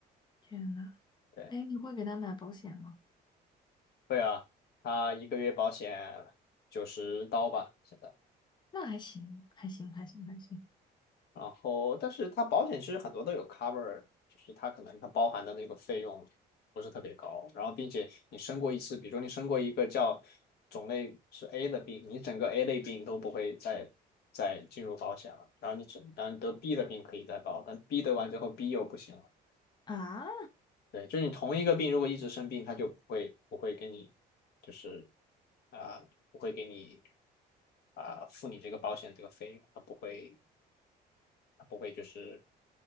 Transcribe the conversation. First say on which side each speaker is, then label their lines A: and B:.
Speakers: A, on the left (about 25°); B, on the left (about 70°).
A: 天呐，
B: 对，
A: 哎，你会给它买保险吗？
B: 对啊，它一个月保险九十刀吧，现在。
A: 那还行，还行，还行，还行。
B: 然后，但是它保险其实很多都有 cover，就是它可能它包含的那个费用不是特别高，然后并且你生过一次，比如说你生过一个叫种类是 A 的病，你整个 A 类病都不会再再进入保险了，然后你只当然得 B 的病可以再报，但 B 得完之后 B 又不行了，
A: 啊，
B: 对，就是你同一个病如果一直生病，它就不会不会给你就是啊、不会给你啊、付你这个保险这个费用，它不会。不会就是